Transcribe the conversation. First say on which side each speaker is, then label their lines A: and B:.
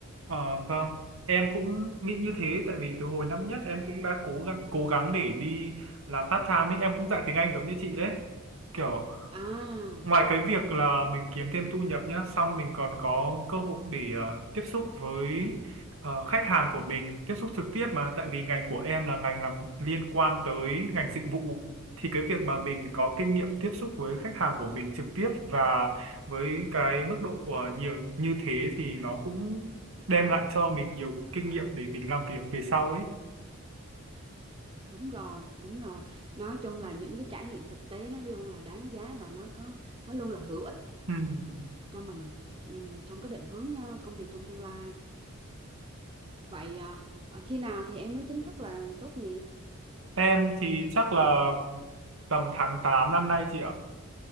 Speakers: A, on the right (about 70°); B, on the right (about 25°).
A: Ờ, vâng, em cũng nghĩ như thế tại vì từ hồi năm nhất em cũng đã cố gắng cố gắng để đi làm part time ấy, em cũng dạy tiếng Anh giống như chị đấy. Kiểu
B: à
A: Ngoài cái việc là mình kiếm thêm thu nhập nhá, xong mình còn có cơ hội để ờ, tiếp xúc với ờ, khách hàng của mình, tiếp xúc trực tiếp mà, tại vì ngành của em là ngành làm liên quan tới ngành dịch vụ. Thì cái việc mà mình có kinh nghiệm tiếp xúc với khách hàng của mình trực tiếp và với cái mức độ của nhiều như thế thì nó cũng đem lại cho mình nhiều kinh nghiệm để mình làm việc về sau ấy.
B: đúng rồi đúng rồi nói chung là những cái trải nghiệm thực tế nó luôn là đáng giá và nó có nó luôn là hữu ích
A: Ừm.
B: cho mình ừ, trong cái định hướng ờ, công việc trong tương lai vậy à, ờ, khi nào thì em mới chính thức là tốt nghiệp
A: Em thì chắc là tầm tháng 8 năm nay chị ạ.